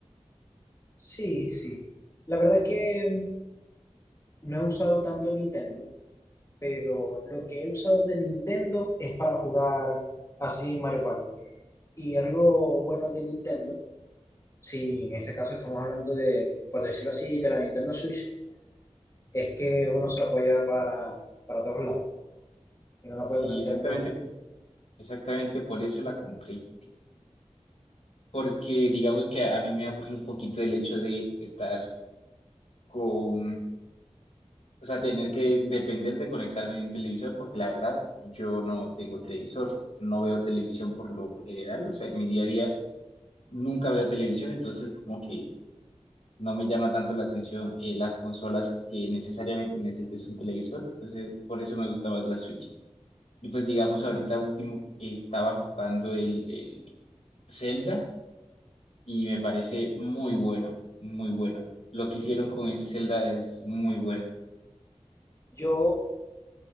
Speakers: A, on the left (about 25°); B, on the left (about 70°).
A: Sí, sí. La verdad que no he usado tanto Nintendo, pero lo que he usado de Nintendo es para jugar así Mario Party. Y algo bueno de Nintendo, si en este caso estamos hablando de, por decirlo así, de la Nintendo Switch, es que uno se la puede llevar para, para todos lados. y no la puede
B: Sí,
A: conectar
B: exactamente,
A: en todos lados.
B: exactamente por eso la compré. Porque digamos que a mí me aburre un poquito el hecho de estar con, o sea, tener que depender de conectarme de un televisor, porque la verdad yo no tengo televisor, no veo televisión por lo general, o sea, en mi día a día nunca veo televisión, entonces como que no me llama tanto la atención eh, las consolas que necesariamente necesites un televisor, entonces por eso me gusta más la Switch. Y pues digamos, ahorita último eh, estaba jugando el, el Zelda y me parece muy bueno, muy bueno. Lo que hicieron con ese Zelda es muy bueno.
A: Yo